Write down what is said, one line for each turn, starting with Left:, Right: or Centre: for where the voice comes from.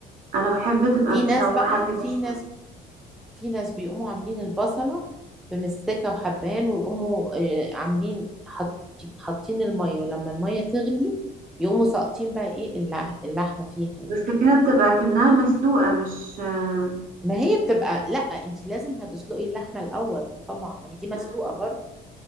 Right: انا بحب تبقى
Centre: في
Right: متشوحة
Centre: ناس بقى
Right: كده
Centre: في
Right: شوية
Centre: ناس في ناس بيقوموا عاملين البصلة في مستكة وحبهان ويقوموا آه، عاملين حاطين حاطين المية ولما المية تغلي يقوموا ساقطين بقى ايه اللح- اللحمة فيها يعني
Right: بس كده بتبقى كأنها مسلوقة مش آه،
Centre: ما هي بتبقى لا انت لازم هتسلقي اللحمة الأول طبعا ما هي دي مسلوقة
Right: م- م.
Centre: برضو